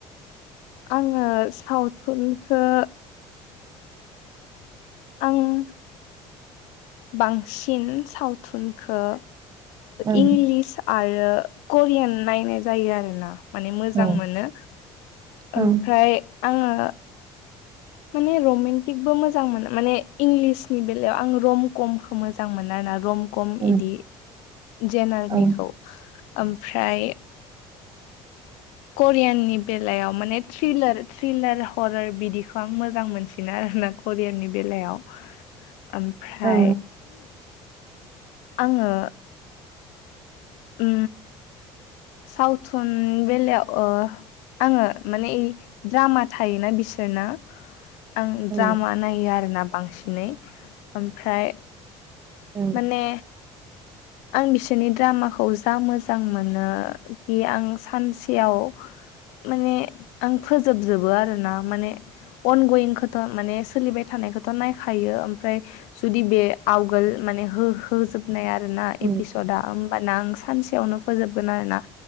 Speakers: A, on the left; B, on the right.
A: आङो सावथुनखो आं बांसिन सावथुनखो
B: ओं
A: इंलिस आरो करियान नायनाय जायो आरोना। माने मोजां
B: औ
A: मोनो
B: औ
A: ओमफ्राय आङो माने रमेन्टिकबो मोजां मोनो माने इंलिसनि बेलायाव आं रम कमखौ मोजां मोनो आर ना रम खम
B: औ
A: इदि जेनेलनिखौ
B: औ
A: ओमफ्राय करियाननि बेलायाव माने थ्रिलार थ्रिलार हरार बिदिखौ आं मोजां मोनसिनो आरो ना। कररियाननि बेलायाव ओमफ्राय
B: औ
A: आङो ओ। सावथुन बेलायाव ओ आङो माने ओइ द्रामा थायोना बिसोरनो। आं
B: औ
A: द्रामा नायो आरोना बांसिनै ओमफ्राय
B: औ
A: माने आं बिसोरनि द्रामाखौ जा मोजां मोनो कि आं सानसेयाव माने आं फोजोबजोबो आरोना माने अन गयिंखौथ' माने सोलिबाय थानायखौथ' नायखायो ओमफ्राय जुदि बे आवगोल माने हो होजोबनाय आरो ना
B: औ
A: एपिसदआ होमबाना आं सानसेयावनो फोजोबगोन आरो ना।